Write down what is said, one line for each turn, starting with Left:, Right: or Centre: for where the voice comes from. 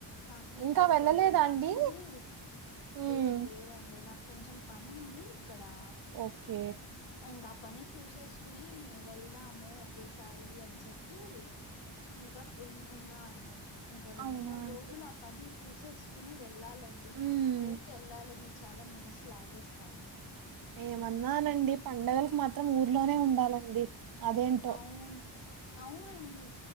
Left: నాకి ఇక్కడ
Right: ఇంకా వెళ్ళలేదా
Left: కొంచెం పని
Right: అండి?
Left: ఉంది,
Right: హ్మ్.
Left: లేదు లేదండి నాక్ కొంచెం పను ఉంది అక్కడా
Right: ఓకే.
Left: అంగ పని చూసేసుకుని వెళ్దాము ఒకేసారి అని చెప్పి ఇంకా ఉ ఉన్నా అండి ఇంకో రెండు
Right: అవునా
Left: మూడు
Right: అండి.
Left: రోజులు ఆ పని చూసేసుకుని వెల్ వెళ్ళాలండి
Right: హ్మ్.
Left: ఊరికి వెళ్ళాలని చాలా మనసు లాగేస్తంది
Right: ఏమన్నానండి పండగలకు మాత్రం ఊర్లోనే ఉండాలండి అదేంటో.
Left: అవును అవునండి